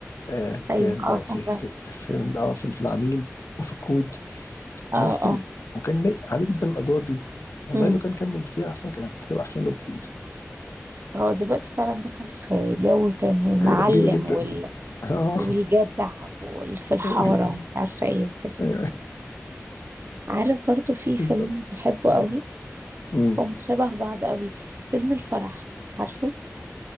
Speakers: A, on the left; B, on the right.
A: آه في
B: ايوه
A: ال
B: اه
A: في
B: فاهمه
A: ال في في في, آه في, في العميل وفي الكود
B: اه
A: نفس
B: اه
A: ال وكان لايق عليه جدا الادوار دي والله
B: امم
A: لو كان كمل فيها اصلا كانت هتبقى احسن له بكتير
B: هو دلوقتي فعلا دخل في جو تاني معلم
A: حاجات غريبه جدا
B: وال...
A: اه
B: والجدع واللي في الحارة
A: <laughs>
B: ومش عارفة ايه وكده
A: ايوه
B: عارف برضو في
A: بالظبط
B: فيلم بحبه
A: أمم.
B: قوي
A: أمم.
B: هم شبه بعض قوي فيلم الفرح عارفه